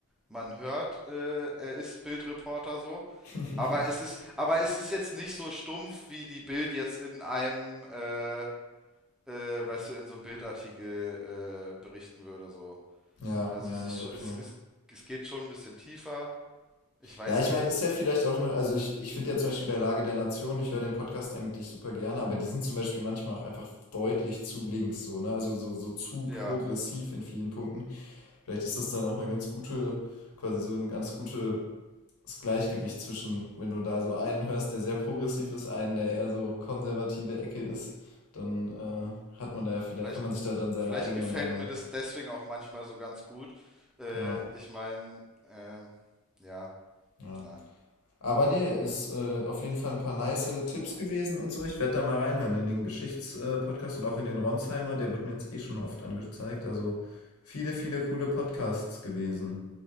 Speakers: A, in the centre; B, on the left (about 80°).
A: man hört, äh, er ist Bildreporter so.
B: <laughs>
A: Aber es ist, aber es ist jetzt nicht so stumpf, wie die Bild jetzt in einem, äh, äh, weißt du, in so einem Bildartikel äh, berichten würde. So.
B: Ja,
A: Also
B: ja,
A: es
B: nee,
A: ist schon,
B: okay.
A: es, es, es geht schon ein bisschen tiefer. Ich weiß
B: Ja, ich
A: nicht.
B: meine, ist ja vielleicht auch eine, also ich, ich finde ja zum Beispiel bei Lage der Nation, ich höre den Podcast eigentlich super gerne, aber die sind zum Beispiel manchmal auch einfach deutlich zu links, so, ne? Also so, so zu
A: Ja,
B: progressiv in vielen Punkten. Vielleicht ist das dann auch eine ganz gute, quasi so ein ganz gutes Gleichgewicht zwischen, wenn du da so einen hörst, der sehr progressiv ist, einen, der eher so konservative Ecke ist, dann äh, hat man da ja vielleicht,
A: vielleicht,
B: kann man sich da dann seine
A: vielleicht
B: eigene
A: gefällt
B: Meinung.
A: mir das deswegen auch manchmal so ganz gut. Äh,
B: Ja,
A: ich meine, ähm, ja,
B: ja.
A: ja.
B: Aber nee, ist äh, auf jeden Fall ein paar nice Tipps gewesen und so. Ich werde da mal reinhören in den Geschichtspodcast äh, und auch in den Ronsheimer. Der wird mir jetzt eh schon oft angezeigt. Also viele, viele coole Podcasts gewesen.